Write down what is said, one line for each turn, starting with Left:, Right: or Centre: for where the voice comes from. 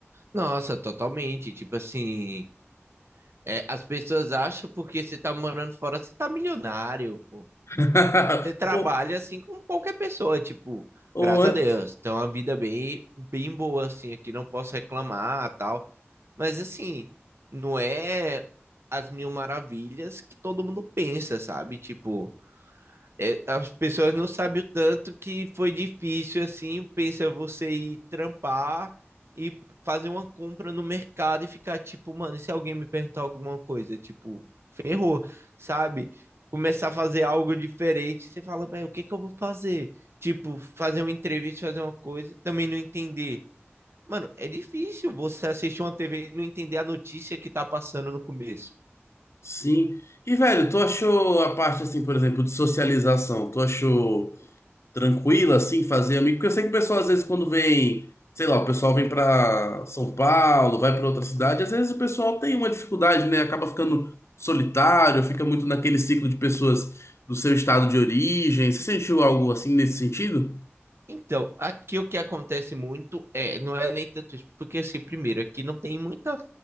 Right: Nossa, totalmente. Tipo assim, é, as pessoas acham porque você tá morando fora, você tá milionário, pô.
Left: <laughs>
Right: Você trabalha
Left: Ou,
Right: assim como qualquer pessoa, tipo,
Left: ou
Right: graças
Left: antes,
Right: a Deus. Então, uma vida bem, bem boa, assim, aqui não posso reclamar, tal. Mas assim, não é as mil maravilhas que todo mundo pensa, sabe? Tipo, é, as pessoas não sabem o tanto que foi difícil, assim, pensa você ir trampar e fazer uma compra no mercado e ficar tipo, mano, e se alguém me perguntar alguma coisa, tipo, ferrou, sabe? Começar a fazer algo diferente, você fala, velho, o que que eu vou fazer? Tipo, fazer uma entrevista, fazer uma coisa, também não entender. Mano, é difícil você assistir uma TV e não entender a notícia que tá passando no começo.
Left: sim. E, velho, tu achou a parte, assim, por exemplo, de socialização, tu achou tranquila, assim, fazer amigo? Porque eu sei que o pessoal, às vezes, quando vem, sei lá, o pessoal vem pra São Paulo, vai pra outra cidade, às vezes o pessoal tem uma dificuldade, né? Acaba ficando solitário, fica muito naquele ciclo de pessoas do seu estado de origem. Você sentiu algo assim nesse sentido?
Right: Então, aqui o que acontece muito é, não é nem tanto isso, porque assim, primeiro, aqui não tem muita